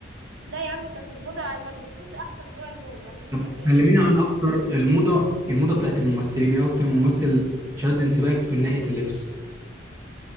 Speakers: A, on the right; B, on the right.
A: لا يا عم كانت الموضة كانوا بيلبسوا احسن انواع الموضة عشان تبقى
B: طب
A: فاهم
B: كلميني عن اكتر الموضه الموضه بتاعت الممثلين ايه اكتر ممثل شد انتباهك في ناحيه اللبس